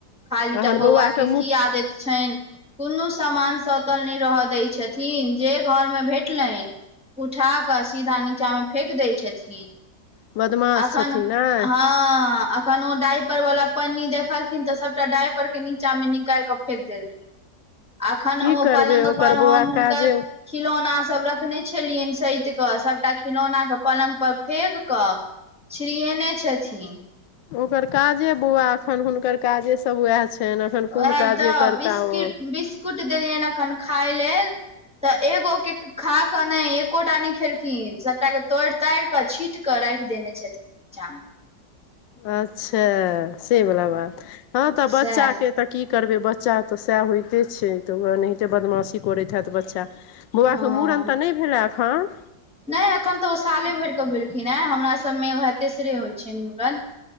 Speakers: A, in the centre; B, on the left.
A: खाली
B: तहन
A: टा बौआके
B: मुँह
A: की आदत छनि? कोनो सामान स्थिर नहि रहय दैत छथिन, जे घरमे भेटलनि। उठा कऽ सीधा नीचामे फेकि दै छथिन।
B: बदमाश
A: एखन,
B: छथिन ने
A: हाँ। कोनो डाइपरवाला पन्नी देखलखिन तऽ सभटा डाइपर नीचामे निकालि कऽ फेकि देलखिन। एखन
B: की
A: ओ
B: करबै
A: पलंग
B: ओकर
A: पर,
B: बौआ
A: हम हुनकर
B: काजे
A: खिलौना सभ रखने छलियनि से, सभटा खिलौनाके पलंग पर फेकि कऽ। छिरीएनै छथिन।
B: ओकर काजे बौआ अखन हुनकर काजे सभ उएह छनि। एखन कोन
A: उएह
B: काजे
A: तऽ
B: करता
A: बिस्कुट
B: ओ
A: देलियनि एखन खाय लेल। तऽ एगो के खा कऽ ने, एकोटा नहि खेलखिन, सभटाके तोड़ि तोड़ि कऽ छीटि कऽ राख देने छथिन नीचा मे।
B: अच्छा, से बाल बात हँ तऽ बच्चाके।
A: सएह
B: तऽ की करबै, बच्चा तऽ सएह होइते छै, एनाहिते बदमाशी करैत हैत बच्चा। बौआके
A: हँ
B: मूड़न तऽ नहि भेल एखन?
A: नहि, एखन तऽ ओ साले भरिकऽ भेलखिन हे, हमर सभमे उएह तेसरे होइत छै मूड़न।